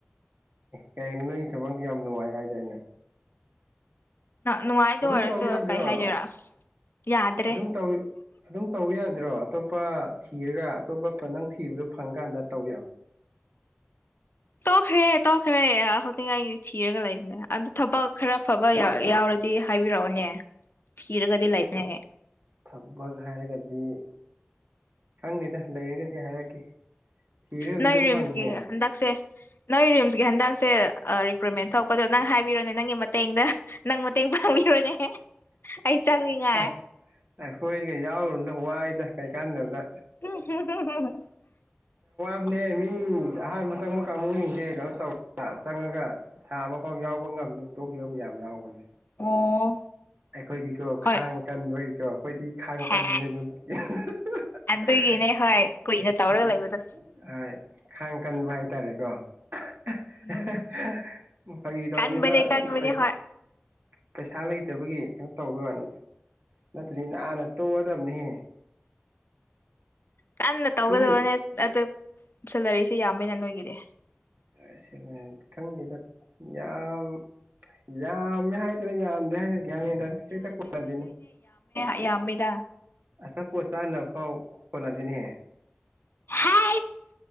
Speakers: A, on the right; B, on the left.
A: ꯀꯩꯅꯣ ꯅꯣꯏ ꯊꯕꯛꯗꯤ ꯌꯥꯝ ꯅꯨꯡꯉꯥꯏ ꯍꯥꯏꯗꯥꯏꯅꯦ
B: ꯅꯨꯡꯉꯥꯏꯇ
A: ꯑꯗꯨꯝ
B: ꯑꯣꯏꯔꯁꯨ
A: ꯇꯧ ꯌꯥꯗ꯭ꯔꯣ
B: ꯀꯩ ꯍꯥꯏꯗꯣꯏꯔꯥ ꯌꯥꯗ꯭ꯔꯦ
A: ꯑꯗꯨꯝ ꯇꯧ ꯑꯗꯨꯝ ꯇꯧ ꯌꯥꯗ꯭ꯔꯣ ꯑꯇꯣꯞꯄ ꯊꯤꯔꯒ ꯑꯇꯣꯞꯄ ꯅꯪ ꯊꯤꯕꯗꯣ ꯐꯪꯀꯥꯟꯗ ꯇꯧ ꯌꯥ
B: ꯇꯧꯈ꯭ꯔꯦ ꯇꯧꯈ꯭ꯔꯦ ꯍꯧꯖꯤꯛ ꯑꯩꯗꯤ ꯊꯤꯔꯒ ꯂꯩꯕꯅꯦ ꯑꯗꯨ ꯊꯕꯛ ꯈꯔ ꯐꯕ ꯌꯥꯎꯔꯗꯤ ꯍꯥꯏꯕꯤꯔꯛꯑꯣꯅꯦ ꯊꯤꯔꯒꯗꯤ ꯂꯩꯕꯅꯦ
A: ꯊꯕꯛ ꯍꯥꯏꯔꯒꯗꯤ ꯈꯪꯅꯤꯗ ꯂꯩꯔꯒꯗꯤ ꯍꯥꯏꯔꯛꯀꯦ ꯊꯤꯔꯒꯗꯤ
B: ꯅꯣꯏ
A: ꯑꯗꯨꯝ
B: ꯔꯤꯝꯁꯀꯤ
A: ꯐꯪꯅꯤꯌꯦ
B: ꯍꯟꯗꯛꯁꯦ ꯅꯣꯏ ꯔꯤꯝꯁꯀꯤ ꯍꯟꯗꯛꯁꯦ ꯔꯤꯀ꯭ꯔꯨꯏꯠꯃꯦꯟ ꯊꯣꯛꯂꯄꯗꯣ ꯅꯪ ꯍꯥꯏꯕꯤꯔꯣꯅꯦ ꯅꯪꯒꯤ ꯃꯇꯦꯡꯗ ꯅꯪ ꯃꯇꯦꯡ ꯄꯥꯡꯕꯤꯔꯣꯅꯦ ꯑꯩ ꯆꯪꯅꯤꯡꯉꯥꯏ
A: ꯑꯁ ꯑ ꯍꯣꯏ ꯀ ꯌꯥꯎ ꯋꯥ ꯀꯩ ꯀꯥꯟꯗꯕꯗ
B: ꯎꯝ
A: ꯅꯦ ꯃꯤ ꯑꯍꯥꯟꯕ ꯆꯪꯕ ꯀꯥꯡꯕꯨꯁꯤꯡꯁꯦ ꯀꯩꯅꯣ ꯇꯧꯔꯒ ꯆꯪꯉꯒ ꯊꯥ ꯑꯃ ꯐꯥꯎ ꯌꯥꯎꯕ ꯉꯝꯗꯅ ꯇꯣꯛꯈꯤꯕ ꯌꯥꯝ ꯌꯥꯎꯕꯅꯦ
B: ꯑꯣ
A: ꯑꯩꯈꯣꯏꯗꯤꯀꯣ
B: ꯍꯣꯏ
A: ꯈꯥꯡ ꯀꯟꯕꯒꯤ ꯀꯣ ꯑꯩꯈꯣꯏꯗꯤ ꯈꯥꯡ
B: ꯍꯦ
A: ꯀꯥꯟꯗꯗꯤ ꯑꯩꯈꯗꯤ
B: ꯑꯗꯨꯒꯤꯅꯦ ꯍꯣꯏ ꯀꯨꯏꯅ ꯇꯧꯔꯒ ꯂꯩꯕꯗꯣ
A: ꯑꯣꯏ ꯈꯥꯡ ꯀꯟꯕ ꯍꯥꯏꯇꯥꯔꯦꯀꯣ <unintelligible>
B: ꯎꯝ
A: ꯐꯒꯤ ꯇꯧꯕꯅꯤꯅ
B: ꯀꯟꯕꯅꯦ
A: ꯑꯩ
B: ꯀꯟꯕꯅꯦ
A: ꯄꯩꯁ
B: ꯍꯣꯏ
A: ꯄꯩꯁꯥ ꯂꯩꯇꯕꯒꯤ ꯇꯧꯕꯒꯤ ꯋꯥꯅꯤꯗ ꯅꯠꯇ꯭ꯔꯗꯤ ꯅꯥꯥꯟꯅ ꯇꯣꯛꯑꯗꯕꯅꯤꯍꯦ
B: ꯀꯟꯅ ꯇꯧꯒꯗꯕꯅꯦ
A: ꯑꯗꯨꯒꯤ
B: ꯑꯗꯨ ꯁꯦꯂꯔꯤꯁꯤꯦ ꯌꯥꯝꯃꯦꯅ ꯅꯣꯏꯒꯤꯗ
A: ꯑꯁ ꯈꯪꯗꯦꯗ ꯌꯥꯝ ꯌꯥꯝꯃꯦ ꯍꯥꯏꯗꯅ ꯌꯥꯝꯗꯦ ꯍꯥꯏꯔ ꯗꯇ ꯄꯨꯅꯥꯗꯅꯦ
B: ꯑꯦꯃꯤꯗ
A: ꯑꯁ ꯄꯣꯠ ꯆꯥꯅꯕ ꯐꯥꯎ ꯀꯣꯟꯅꯗꯤꯅꯦꯍꯦ
B: ꯍ